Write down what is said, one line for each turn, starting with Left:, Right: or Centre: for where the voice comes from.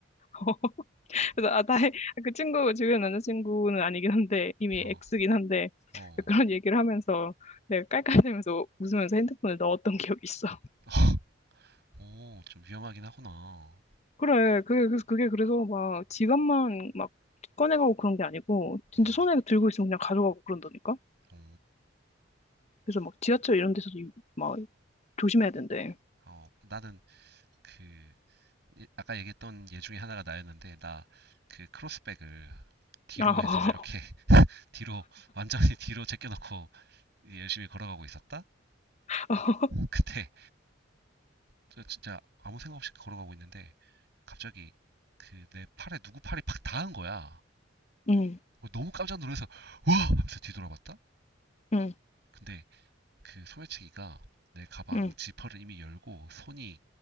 Left: <laughs> 그래서 아, 나의 아, 그 친구 주변 남자친구는 아니긴 한데 이미
Right: 어,
Left: X긴 한데
Right: 어,
Left: 그런 얘기를 하면서 내가 깔깔대면서 웃으면서 핸드폰을 넣었던 기억이 있어.
Right: <laughs> 오, 좀 위험하긴 하구나.
Left: 그래, 그게, 그래서 그게 그래서 막 지갑만 막 꺼내가고 그런 게 아니고, 진짜
Right: 음,
Left: 손에 들고 있으면 그냥 가져가고 그런다니까?
Right: 오,
Left: 그래서 막 지하철 이런 데서도 이- 막 조심해야 된대.
Right: 어, 나는 그 예- 아까 얘기했던 예 중에 하나가 나였는데 나 그 크로스백을 뒤로
Left: 아, 어.
Right: 해서 이렇게 <laughs> 뒤로 완전히 뒤로 제껴놓고 열심히 걸어가고 있었다.
Left: <laughs>
Right: 그때 저 진짜 아무 생각 없이 걸어가고 있는데 갑자기 그 내 팔에 누구 팔이 팍 닿은 거야.
Left: 응,
Right: 어, 너무 깜짝 놀라서 와! 하면서 뒤돌아봤다?
Left: 응,
Right: 근데 그 소매치기가 내 가방
Left: 응.
Right: 지퍼를 이미 열고 손이